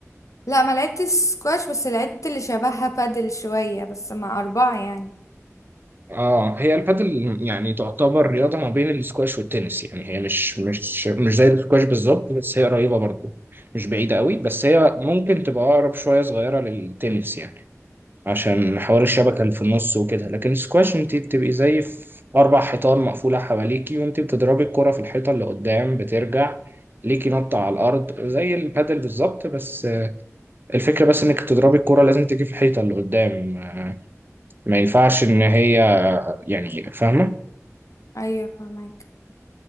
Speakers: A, on the left; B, on the right.
A: لا ما لعبتش سكواش بس لعبت اللي شبهها بادل شوية بس مع أربعة يعني
B: اه هي البادل يعني تعتبر رياضة ما بين السكواش والتنس يعني هي مش مش مش زي السكواش بالظبط بس هي قريبة برضه مش بعيدة قوي بس هي ممكن تبقى أقرب شوية صغيرة للتنس يعني عشان حوار الشبكة اللي في النص وكده لكن السكواش انت بتبقي زي في أربع حيطان مقفولة حواليكي وانت بتضربي الكرة في الحيطة اللي قدام بترجع ليكي نط على الأرض زي البادل بالظبط بس الفكرة بس انك تضربي الكرة لازم تيجي في الحيطة اللي قدام ما ينفعش ان هي يعني هي فاهمة
A: أيوة فهمك